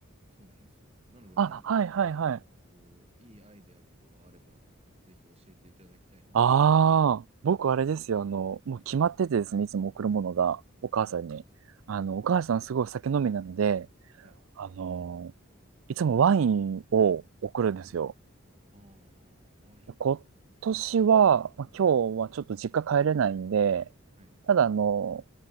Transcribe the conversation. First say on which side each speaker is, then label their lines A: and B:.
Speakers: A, on the right; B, on the right.
A: そうなんですよ。なので何か
B: あ、はいはいはい。
A: こう、いいアイデアとかがあれば、ぜひ教えていただきたいんですけど。
B: ああ、僕あれですよ。あの、もう決まっててですね、
A: はい、
B: いつも贈るものが、お母さんに。
A: はい、
B: あの、
A: はい、
B: お母さんすごい酒飲みなので、
A: はい。
B: あの、いつもワインを贈るんですよ。
A: はいああ、ワイン。
B: 今年は、まあ、
A: うん。
B: 今日はちょっと実家帰れないんで、
A: はい。
B: ただあの、